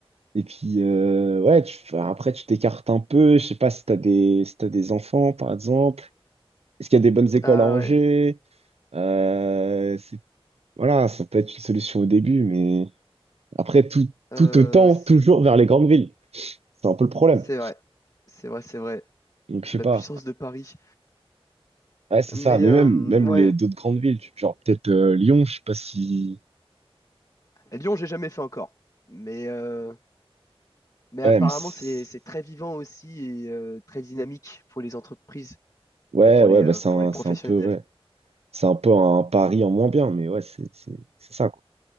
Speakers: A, on the right (about 85°); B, on the left (about 35°).
A: Et puis, euh, ouais, tu, enfin, après, tu t'écartes un peu. Je sais pas si t'as des, si t'as des enfants, par exemple. Est-ce qu'il y a des bonnes écoles
B: Ah
A: à Angers?
B: ouais.
A: Euh, c'est, voilà, ça peut être une solution au début, mais après, tout,
B: Euh,
A: tout te tend
B: c-
A: toujours vers les grandes villes. C'est un peu le problème.
B: c'est vrai. C'est vrai, c'est vrai.
A: Donc, je sais
B: La
A: pas.
B: puissance de Paris.
A: Ouais, c'est
B: Mais
A: ça. Mais
B: euh,
A: même, même
B: ouais.
A: les d'autres grandes villes, tu- genre peut-être euh, Lyon, je sais pas si.
B: Lyon, j'ai jamais fait encore. Mais, euh, mais
A: Ouais,
B: apparemment,
A: mais c'est-
B: c'est,
A: c'est-
B: c'est très vivant aussi et euh, très dynamique pour les entreprises
A: ouais,
B: et pour
A: ouais,
B: les, euh,
A: bah, c'est
B: pour
A: un,
B: les professionnels.
A: c'est un peu, ouais. C'est un peu un pari en moins bien, mais ouais, c'est, c'est, c'est ça, quoi.